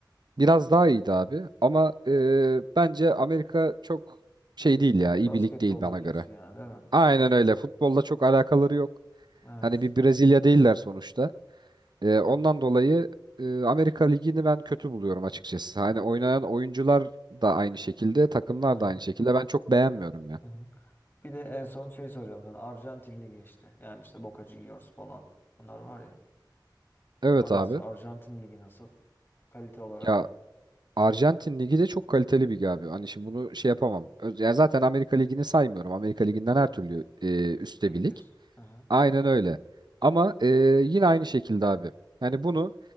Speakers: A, on the right; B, on the left.
A: Biraz daha iyiydi abi ama e, bence Amerika çok şey değil ya iyi
B: Basketbol
A: bir lig değil bana
B: ülkesi
A: göre.
B: yani değil mi?
A: Aynen öyle futbolla çok alakaları yok.
B: Evet.
A: Hani bir Brezilya değiller sonuçta. E, ondan dolayı e, Amerika Ligi'ni ben kötü buluyorum açıkçası. Hani oynayan oyuncular da aynı şekilde takımlar
B: Aha,
A: da aynı şekilde ben çok beğenmiyorum ya.
B: aha. Bir de en son şey soracağım sana. Arjantin Ligi işte. Yani işte Boca Juniors falan. Bunlar var ya.
A: Evet
B: Bunlar
A: abi
B: nasıl? Arjantin Ligi nasıl? Kalite olarak.
A: ya Arjantin Ligi de çok kaliteli bir lig abi. Hani şimdi bunu şey yapamam. Öz- Ya zaten Amerika Ligi'ni saymıyorum. Amerika Ligi'nden her
B: Aha.
A: türlü e, üstte
B: iyidir.
A: bir lig.
B: Aha.
A: Aynen öyle. Ama e, yine aynı şekilde abi. Yani bunu